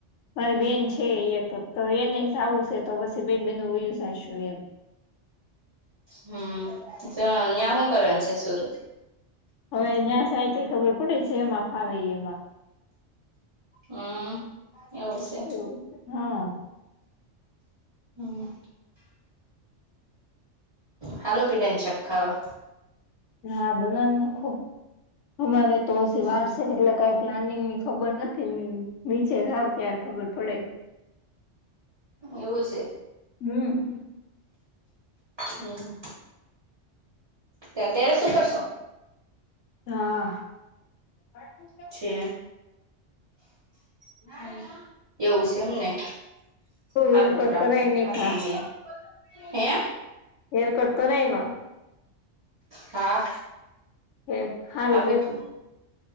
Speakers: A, on the left (about 80°); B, on the right (about 30°).
A: મારી બેન છે એકત તો એ નહી સવું છે તો પછી બે બેન વયું સાસુ એમ.
B: હમ્મ, સો ન્યાં હું કરવાનું છે સુરત?
A: હવે ન્યાં સાહિત ખબર પડે છે એ મા ફાવે એમાં.
B: હમ્મ, એવું છે.
A: એવું છે હા
B: હમ્મ. હાલો પિંડાની શાક ખાવા.
A: હા બનાવી નાખો મારે તો હજી
B: હા
A: વાર છે એટલે કાઈ પ્લાનિંગ ની ખબર નથી નીચે જાવ ત્યારે ખબર પડે.
B: એવું છે.
A: હમ્મ.
B: હમ્મ. તે અત્યારે શું કરસો?
A: હા. <inaudible>
B: છે. હમ્મ, એવું છે એમને.
A: તો
B: સારું
A: રેકોર્ડ
B: રાખવું
A: કરાય
B: છે
A: નહી
B: મારી
A: ખા.
B: મમ્મી એ હે
A: હેર કટ કરાએવા.
B: હા‌.
A: કે સારું
B: હારું
A: લે
B: તું